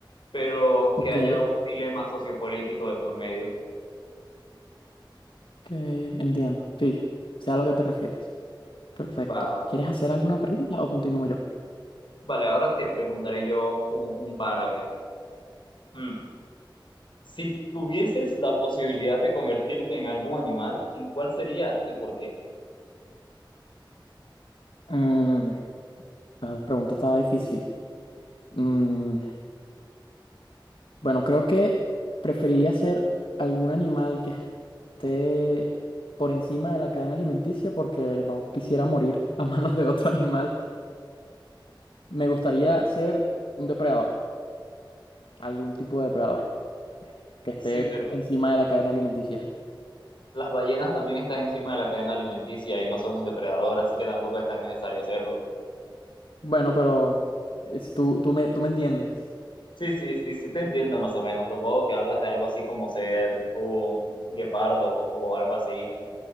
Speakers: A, on the left; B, on the left.
A: pero
B: Ok,
A: que haya
B: ok,
A: un dilema sociopolítico de por medio.
B: entiendo. Sí, sé a lo que te refieres. Perfecto.
A: Va, va.
B: ¿Quieres hacer alguna pregunta o continúo yo?
A: Vale, ahora te preguntaré yo un, un par, a ver. Mm. Si tuvieses la posibilidad de convertirte en algún animal, ¿en cuál sería y por qué?
B: Mm, la pregunta estaba difícil. Mm, bueno, creo que preferiría ser algún animal que esté por encima de la cadena alimenticia porque no quisiera morir a <laughs> manos de otro animal. Me gustaría ser un depredador, algún tipo de depredador que esté
A: Sí, pero
B: encima de la cadena alimenticia.
A: las ballenas también están encima de la cadena alimenticia y no son un depredador, así que tampoco es tan necesario hacerlo.
B: Bueno, pero es- tú, tú me, tú me entiendes.
A: Sí, sí, sí, sí, te entiendo más o menos. Supongo que hablas de algo así como ser un guepardo o algo así. ¿no?